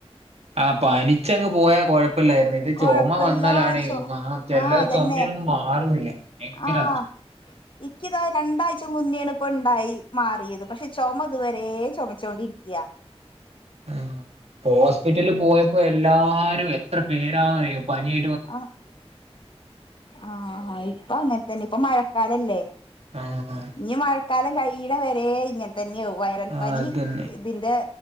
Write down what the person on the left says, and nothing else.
കൊഴപ്പല്ല
ചോ
ആഹ് അതന്നെ
ആഹ് ഇക്കിതാ രണ്ടാഴ്ച മുന്നോണ് ഇപ്പണ്ടായി മാറിയത് പക്ഷെ ചൊമത് വ രേ ചൊമച്ചോണ്ടിരിക്യാ
ആഹ് ആഹ് ഇപ്പ അങ്ങനെ തന്നെ ഇപ്പൊ മഴക്കാലല്ലേ
ഞ്ഞി മഴക്കാലം കയീണവരെ ഇ തന്നാവും വയറൽ
പനി
ഇതിന്റെ